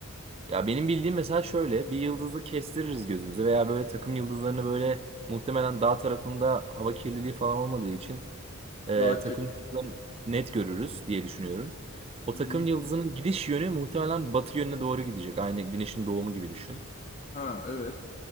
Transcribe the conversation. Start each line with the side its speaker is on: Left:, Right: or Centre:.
Right: Ya benim bildiğim mesela şöyle bir yıldızı kestiririz gözümüze veya böyle takım yıldızlarını böyle muhtemelen dağ tarafında hava kirliliği falan olmadığı için e,
Left: Rahatça
Right: takım yıldızlarını net görürüz diye düşünüyorum. O
Left: Hı
Right: takım
Left: hı.
Right: yıldızının gidiş yönü muhtemelen batı yönüne doğru gidecek. Aynı güneşin doğumu gibi düşün.
Left: Ha evet.